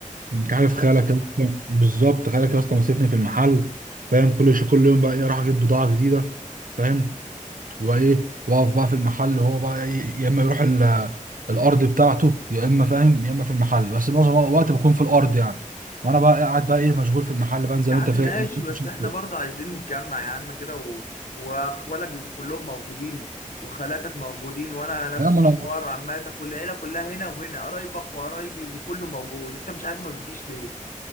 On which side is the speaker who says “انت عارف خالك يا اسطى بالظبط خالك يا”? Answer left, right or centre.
Right